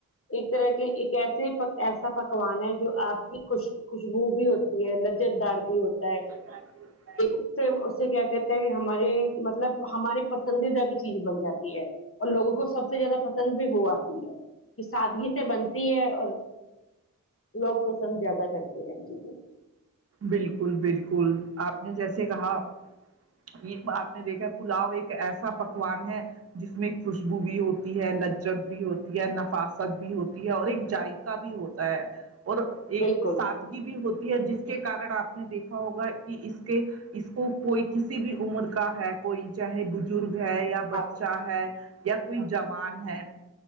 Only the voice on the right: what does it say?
لذت دار بھی ہوتا ہے
بالکل بالکل آپ نے جیسے کہا یے آپ نے دیکھا پلاؤ ایک ایسا پکوان ہے جس میں خوشبو بھی ہوتی ہے لجت بھی ہوتی ہے نفاست بھی ہوتی ہے اور ایک جائ کا بھی ہوتا ہے اور ایک
سادگی بھی ہوتی ہے جس کے کارن آپ نے دیکھا کھا ہوگا کی اس کے اس کو کوئی کسی بھی عمر کا ہے کوئی چاہے بزرگ ہے یا بچہ
ہے یا کوئی جوان ہے